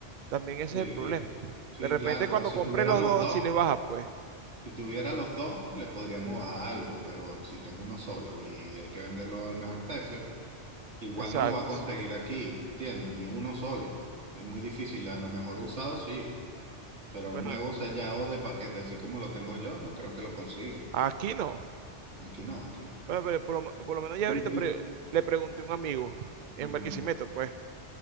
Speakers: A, on the right; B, on the right.
A: También ese
B: eh,
A: es el problema.
B: sí,
A: De repente
B: claro, pero
A: cuando
B: si
A: compré
B: tuviéramos
A: los dos,
B: dos,
A: sí le baja, pues.
B: si tuviera los dos, le podríamos bajar algo, pero si tengo uno solo y hay que venderlo al mejor precio, igual
A: Exacto,
B: no lo va a conseguir
A: sí.
B: aquí, ¿entiendes? Ni uno solo. Es muy difícil, a lo mejor usado sí, pero
A: Bueno,
B: nuevos sellados de paquete, así como lo tengo yo, no creo que lo consiga.
A: aquí no.
B: Aquí no, aquí no.
A: Bueno, pero por lo, por lo menos ya
B: Pero,
A: ahorita
B: y-
A: pre- le pregunté a un amigo en
B: ujú.
A: Barquisimeto, pues,